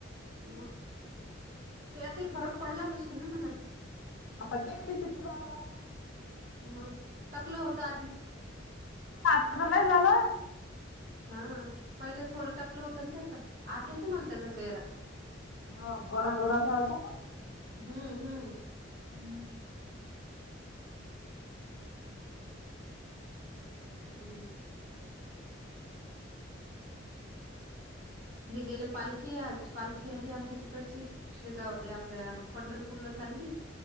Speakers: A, on the right; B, on the left.
A: म तू आताही फरक पडलाच असशेीलल ना मणा.
B: ह प ते प चित काणा
A: मग टकलं होतं आधीच.
B: आता तर लय झालं.
A: हा पहिले थोडं टाकलं होतं ना त्याच? आठवते मला त्याचा चेहरा.
B: हो गोरा गोरासा होता
A: हम्म हम्म.
B: <inaudible>
A: हम्म <inaudible> हे गेले पालखी आज पालखी आध आमच्या तिकडची शेगाव हे आपल्या पंढरपूरला चालली